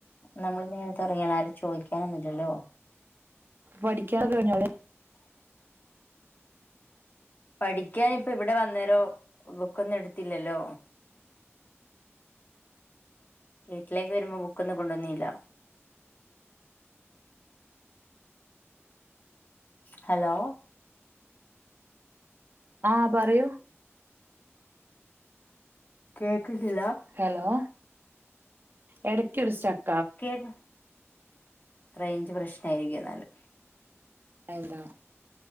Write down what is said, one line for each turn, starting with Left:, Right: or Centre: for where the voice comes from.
Left: നമ്മെൾ നേരെത്തെ ഒറങ്ങിയാൽ ആരും ചോയിക്കാനൊന്നു ഇല്ലല്ലോ?
Right: പഠിക്കാൻ ഒക്കെ കഴിഞ്ഞാവോലെ?
Left: പഠിക്കാൻ ഇപ്പ ഇബിടെ വന്നാരെ ബുക്കൊന്നും എട്ത്തില്ലല്ലോ? വീട്ടിലേക്ക് വെരുമ്പോ ബുക്കൊന്നും കൊണ്ടന്നീല്ല ഹലോ
Right: ആഹ് പറയൂ
Left: കേക്കുന്നില്ല
Right: ഹലോ എടക്കൊരു സ്‌റ്റ
Left: കേക്ക റേഞ്ച് പ്രശ്ന ആരിക്കും എന്നല്
Right: അതാ